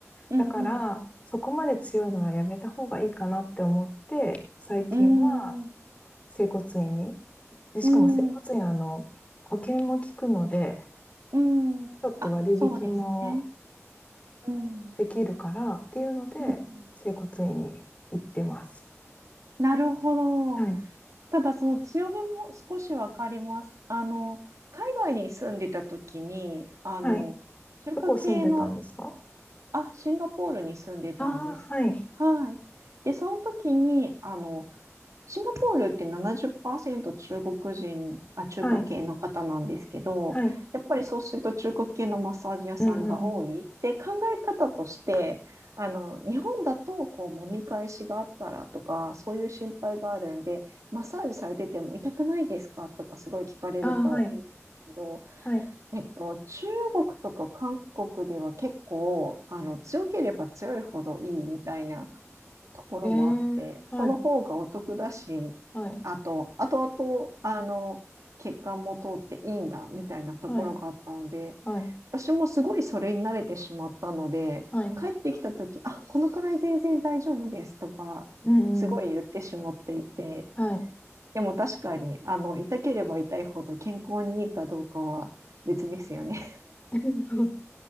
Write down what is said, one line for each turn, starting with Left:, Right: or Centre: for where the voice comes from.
Right: うんうん。
Left: だから、そこまで強いのはやめた方がいいかなって思って、最近は
Right: うーん。う
Left: 整骨院に、で、しかも整骨院、
Right: ーん。う
Left: あの、保険も効くので、
Right: ーん。
Left: ちょっと割引も
Right: あ、そうですね。うん。
Left: できるからっていうので、
Right: うん。
Left: 整骨院に行ってます。
Right: なるほど。
Left: はい。
Right: ただ、その強めも少しわかります。あの、海外に住んでた時に、あの、
Left: はい。
Right: 中華系の、
Left: どこ住んでたんですか
Right: あ、シンガポールに住んでたんです。
Left: ああー、はい。
Right: はい。で、その時に、あの、シンガポールって70%中国人、あ、中華系の方なんですけど、
Left: はい。はい。
Right: やっぱりそうすると中華系のマッサージ屋さんが多い。
Left: うんうんうん。
Right: で、考え方として、あの、日本だとこう揉み返しがあったらとか、そういう心配があるんで、マッサージされてても痛くないですかとかすごい聞かれると思うんですけど、
Left: ああ、はい。はい。
Right: えっと、中国とか韓国では結構、あの、強ければ強いほどいいみたいなところもあって、
Left: へえ、はい。
Right: その方がお得だし、
Left: はい。
Right: あと、あとあと、あの、血管も通っていいんだみたいなところがあったので、
Left: はい。はい。
Right: 私もすごいそれに慣れてしまったので、
Left: はい。
Right: 帰ってきた時あ、このくらい全然大丈夫ですとか、
Left: うんうん。
Right: すごい言ってしまっていて、
Left: はい。
Right: でも確かに、あの、痛ければ痛いほど健康にいいかどうかは別ですよね。
Left: <laughs> そう